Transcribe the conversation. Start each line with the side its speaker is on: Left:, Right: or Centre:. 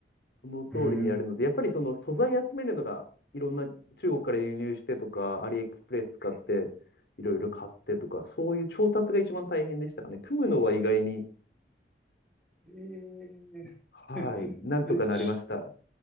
Left: その通りにやるので、
Centre: へえ
Left: やっぱりその素材集めるのが、いろんな中国から輸入してとか、アリエクスプレス使って、いろいろ買ってとか、そういう調達が一番大変でしたかね。組むのは意外に、
Centre: えー、
Left: はい、
Centre: <laughs>
Left: なんとかなりました。
Centre: え、ち、